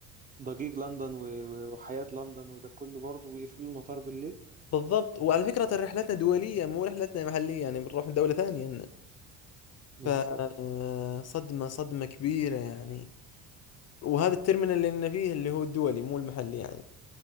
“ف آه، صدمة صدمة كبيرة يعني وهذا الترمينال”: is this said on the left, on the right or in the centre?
Left